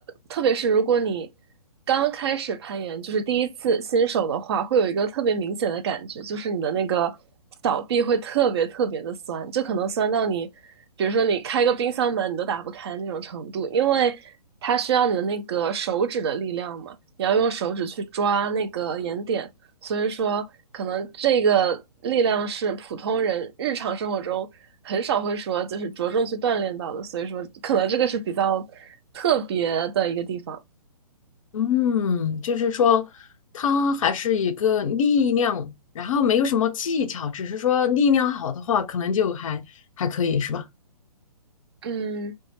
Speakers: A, on the right (about 40°); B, on the left (about 55°).
A: 特别是如果你刚开始攀岩，就是第一次新手的话，会有一个特别明显的感觉，就是你的那个小臂会特别特别的酸，就可能酸到你，比如说你开个冰箱门你都打不开那种程度，因为它需要你的那个手指的力量嘛，你要用手指去抓那个岩点，所以说，可能这个力量是普通人日常生活中很少会说，就是着重去锻炼到的。所以说，可能这个是比较特别的一个地方。
B: 嗯，就是说，它还是一个力量，然后没有什么技巧，只是说力量好的话，可能就还还可以，是吧？
A: 嗯，